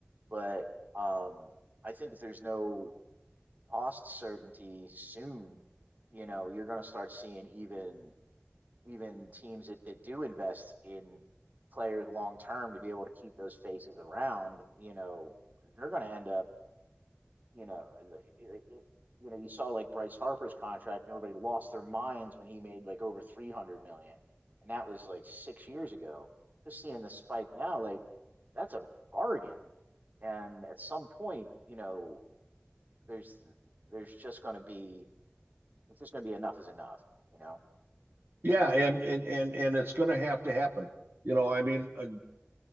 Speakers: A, on the right; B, on the right.
A: But um, I think if there's no cost certainty soon, you know, you're going to start seeing even even teams that, that do invest in players long term to be able to keep those faces around. You know, they're going to end up you know, the- it- you know, you saw like Bryce Harper's contract, and everybody lost their minds when he made like over three hundred million, and that was like six years ago. Just seeing the spike now, like that's a bargain. And at some point, you know, there's there's just going to be it's just going to be enough is enough. You know,
B: Yeah, and and and and it's going to have to happen. You know, I mean, uh,